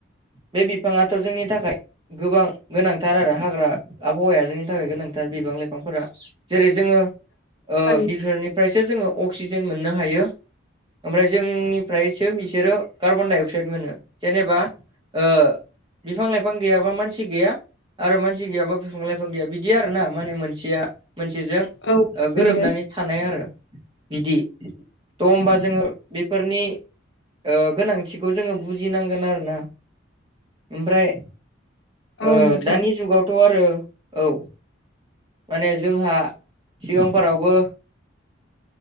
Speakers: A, on the right; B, on the left.
A: बे बिफाङाथ' जोंनि थाखाय गोबां गोनांथार आरो हाग्रा आबहावाया जोंनि थाखाय गोनांथार बिबां लाइफांफोरा। जेरै जोङो ओ
B: थारै-
A: बिफोरनि फ्रायसो जोङो अक्सिजेन मोननो हायो। ओमफ्राय जोंनिफ्रायसो बिसोरो कार्बन डाइ अक्साइद मोनो। जेनेबा ओ बिफां लाइफां गैयाबा मानसि गैया आरो मानसि गैयाबा बिफां लाइफां गैया। बिदि आरो ना माने मोनसेया मोनसेजों
B: औ ओरैनो
A: ओ गोरोबनानै थानाय आरो बिदि त' होमबा जोङो बेफोरनि ओ गोनांथिखौ जोङो बुजिनांगोन आरो ना ओमफ्राय
B: औ
A: ओ
B: नोंथां
A: दानि जुगावथ' आरो औ माने जोंहा सिगांफोरावबो